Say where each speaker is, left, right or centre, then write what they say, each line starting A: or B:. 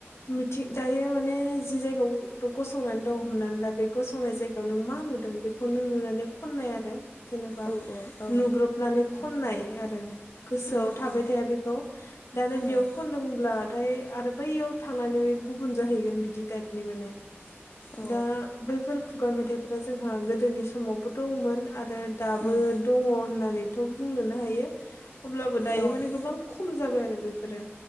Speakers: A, on the left; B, on the left.
A: मिथिं दायो माने जि जायगायाव गसंनानै दं हमनानै ला बे गसंनाय जायगायाव नों मा नुदों बेखौ नों नुनानै खननाय आरो जेनेबा
B: औ औ औ
A: नुब्रबनानै खननाय आरो गोसोआव
B: उम
A: थाबाय
B: उम
A: थाया बेखौ दानो बेयाव
B: उम
A: खनदोंब्लाथाय आरो बैयाव थांनानै बे गुबुन जाहैगोन बिदि टाइपनि माने
B: औ
A: दा बैफोर खुगा मेथाइफोरा जोंहा गोदोनि समावबो दंमोन आरो दाबो
B: उम
A: दङ होननानैथ' बुंनोनो हायो अब्लाबो दायो
B: औ उम
A: माने गोबां खम जाबाय आरो बैफोरो